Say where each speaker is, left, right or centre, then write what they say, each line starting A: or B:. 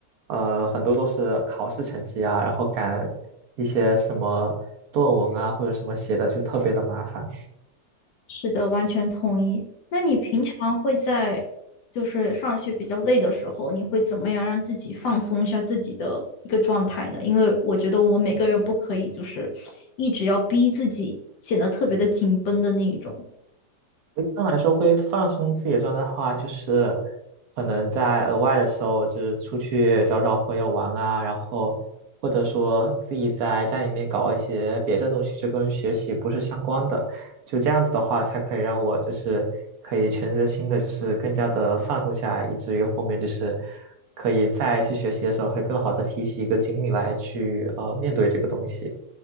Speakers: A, on the right; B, on the left.
A: 呃，很多都是考试成绩啊，然后赶一些什么论文啊或者什么写的就特别的麻烦。
B: 是的，完全同意。那你平常会在就是上学比较累的时候，你会怎么样让自己放松一下自己的一个状态呢？因为我觉得我们每个人不可以就是一直要逼自己，显得特别的紧绷的那一种。
A: 我一般来说会放松自己的状态的话，就是可能在额外的时候，就是出去找找朋友玩啊，然后或者说自己在家里面搞一些别的东西，就跟学习不是相关的，就这样子的话，才可以让我就是可以全身心的，就是更加的放松下来，以至于后面就是可以再去学习的时候，会更好的提起一个精力来去呃面对这个东西。